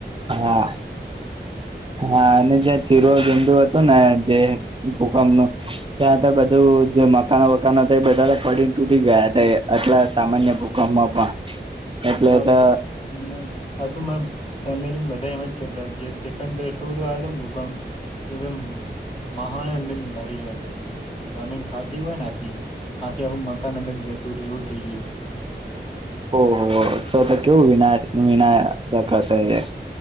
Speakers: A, on the right (about 30°); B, on the left (about 35°).
A: હા હા અને જ્યાં તીર ગંદુ ને જે ભૂકંપનું ત્યાં તો બધું જે મકાનો વકાનો બધા પડી તૂટી ગયા હતા આટલા સામાન્ય ભૂકંપમાં પણ એટલે
B: આ
A: તો
B: તો સુંમ ફેમલી બધા એમ જ કેતા તો એટલું બધું આવ ભૂગંમ કે મહાણ અંદર ભરી ગયા હતા જમીન ફાટી હોય ને આખી આખી હું મકાનંદન જતું રે એવું થઇ ગયું હતું
A: ઓહ તો તો કેવું વિના વિના શકશે એ